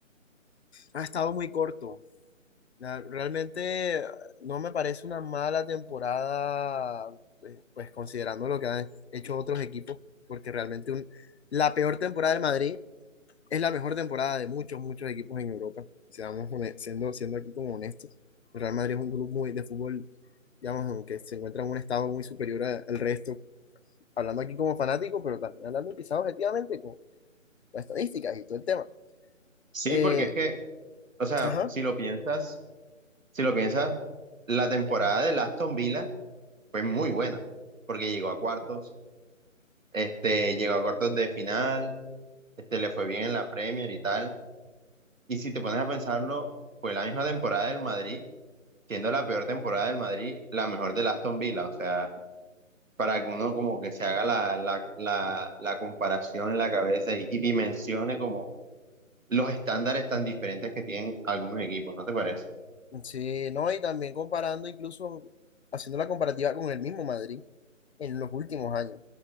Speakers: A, on the left (about 55°); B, on the right (about 75°).
A: ha estado muy corto. La- Realmente eh, no me parece una mala temporada, eh, pues considerando lo que han hecho otros equipos, porque realmente un- la peor temporada del Madrid es la mejor temporada de muchos, muchos equipos en Europa. Seamos hone- siendo, siendo aquí como honestos, el Real Madrid es un club muy de fútbol, digamos, aunque se encuentra en un estado muy superior a- al resto, hablando aquí como fanático, pero también hablando quizás objetivamente con las estadísticas y todo el tema.
B: Sí,
A: Eh,
B: porque es que, o sea,
A: ajá,
B: si lo piensas, si lo piensas, la temporada del Aston Villa fue muy buena, porque llegó a cuartos Este, llegó a cuartos de final, este, le fue bien en la Premier y tal. Y si te pones a pensarlo, fue la misma temporada del Madrid, siendo la peor temporada del Madrid, la mejor del Aston Villa. O sea, para que uno como que se haga la, la, la, la comparación en la cabeza y, y dimensione como los estándares tan diferentes que tienen algunos equipos, ¿no te parece?
A: Sí, no, y también comparando, incluso haciendo la comparativa con el mismo Madrid en los últimos años,